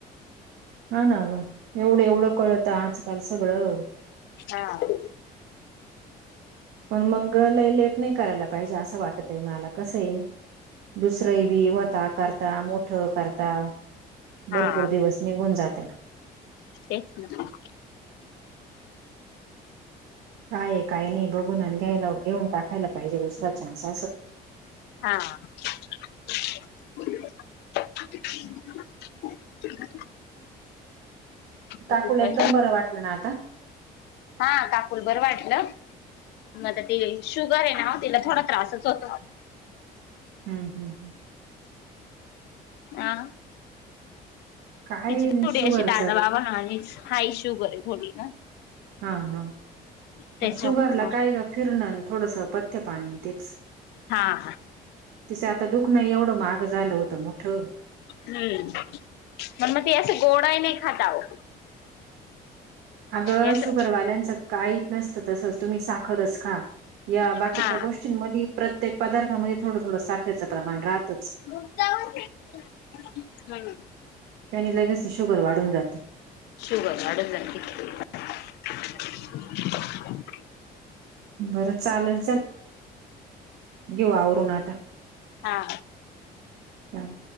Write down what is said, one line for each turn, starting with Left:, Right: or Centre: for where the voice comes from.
Right: हं ना गं एवढं एवढं कळत, आज काल सगळं.
Left: हां.
Right: पण मगं लई. तेच नाही करायला पाहिजे अस वाटत मला कस आहे दुसरं बी होता कर. मोठ करता
Left: हा
Right: भरपूर दिवस निघून जाते
Left: तेच ना
Right: काय काही नाही बघून आण घ्यायला घेऊन टाकायला पाहिजे दुसरा चान्सस
Left: हां. <unintelligible> अजून
Right: काकूल
Left: काय
Right: एकदम बरं वाटलं ना आता?
Left: हा काकूल बरं वाटलं? मग ते शुगर आहे ना तिला थोडा त्रासच होतो.
Right: हम् हं् ह. <unintelligible>
Left: अ
Right: काय
Left: तिची थोडी
Right: शुगरच
Left: अशी दादा बाबा हं आणि हा इश्यू करे थोडी न.
Right: हा हा
Left: त्याच्यामुळे
Right: शुगरला
Left: मग
Right: काय गं फिरणं थोडसं पथ्य पाणीन तेच.
Left: हा हा.
Right: तिचं आता दुख नाही एवढं मागं झालं होतं मोठं.
Left: हम्म. मग मत या असं गोड आहे ना‌ खाताव.
Right: अगं
Left: असं
Right: शुगर घरवाल्यांचं काही नसतं तसंच तुम्ही साखरच खा. या बाकीच्या
Left: हा
Right: गोष्टींमध्ये प्रत्येक पदार्थामध्ये थोडं थोडं साखरेच प्रमाण राहतच.
Left: <unintelligible> हम्म.
Right: त्यानी लगेच शुगर वाढून राहतो.
Left: शुभ वाडून जाते. <unintelligible>
Right: बरं चालेल चल. घेऊ आवरून आता
Left: हा
Right: चाल.